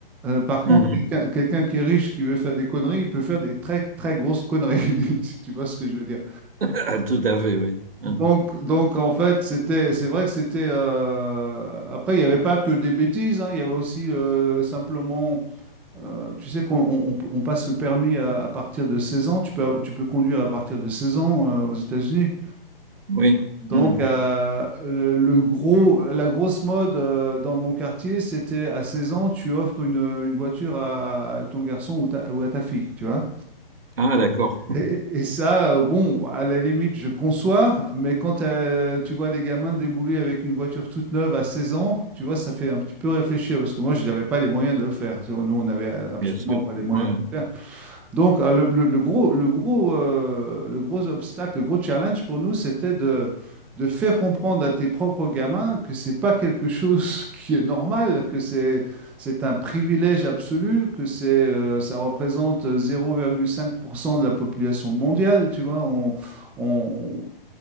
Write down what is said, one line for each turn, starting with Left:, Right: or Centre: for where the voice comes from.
Centre: Euh, par contre,
Right: Mhm.
Centre: quelqu'un quelqu'un qui est riche, qui veut faire des conneries, il peut faire des très, très grosses conneries, <laughs> si tu vois ce que je veux dire.
Right: <laughs> Tout à fait, oui. Hein.
Centre: Donc, donc en fait, c'était, c'est vrai que c'était. euh, Après, il n'y avait pas que des bêtises, hein, il y avait aussi euh, simplement. euh, tu sais qu'on on- on- on passe le permis à, à partir de 16 ans. Tu peux, av- tu peux conduire à partir de 16 ans euh, aux États-Unis.
Right: Oui.
Centre: Donc,
Right: Mhm.
Centre: euh, le le gros, la grosse mode euh, dans mon quartier, c'était à 16 ans, tu offres une, une voiture à, à ton garçon ou, ta- ou à ta fille, tu vois.
Right: Ah, d'accord.
Centre: Et, et ça, euh, bon, à la limite, je conçois, mais quand euh, tu vois les gamins débouler avec une voiture toute neuve à 16 ans, tu vois, ça fait un petit peu réfléchir, parce que moi, je n'avais pas les moyens de le faire. Tu vois, Nous, on n'avait absolument
Right: Bien sûr.
Centre: pas les moyens
Right: Ouais,
Centre: de le faire. Donc, euh, le, le- le gros, le gros, euh, le gros obstacle, le gros challenge pour nous, c'était de, de faire comprendre à tes propres gamins que c'est pas quelque chose <laughs> qui est normal, que c'est, c'est un privilège absolu, que c'est, euh, ça représente 0,5% de la population mondiale, tu vois. On, on,